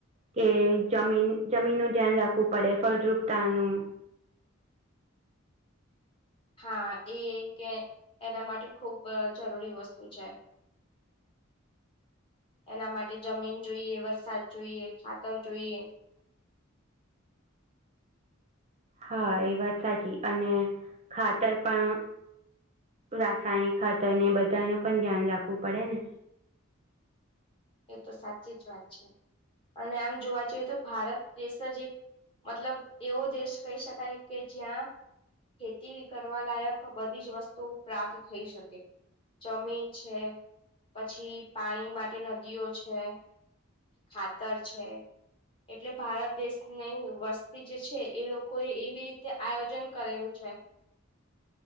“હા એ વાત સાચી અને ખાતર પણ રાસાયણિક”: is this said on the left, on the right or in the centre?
Right